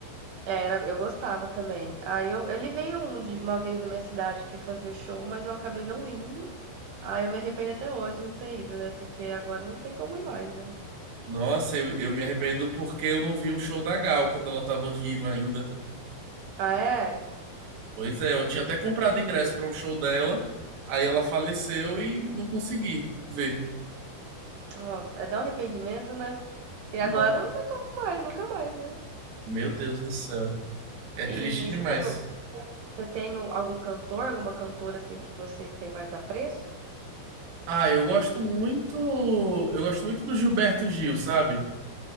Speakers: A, on the right; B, on the right.
A: era, eu gostava também. Aí eu, ele veio um de, uma vez na minha cidade que fazer show, mas eu acabei não indo. Aí eu me arrependo até hoje de não ter ido, né? Porque agora não tem como ir mais, né?
B: Nossa, eu, eu me arrependo porque eu não vi um show da Gal quando ela tava viva ainda.
A: Ah, é?
B: Pois é, eu tinha até comprado ingresso pra um show dela, aí ela faleceu e não consegui ver.
A: Nossa, é dar um arrependimento, né? E
B: Não,
A: agora não tem como mais, nunca mais, né?
B: meu Deus do céu. É triste
A: E
B: demais.
A: você tem, você tem um- algum cantor, alguma cantora assim que você tem mais apreço?
B: Ah, eu gosto muito. Eu gosto muito do Gilberto Gil, sabe?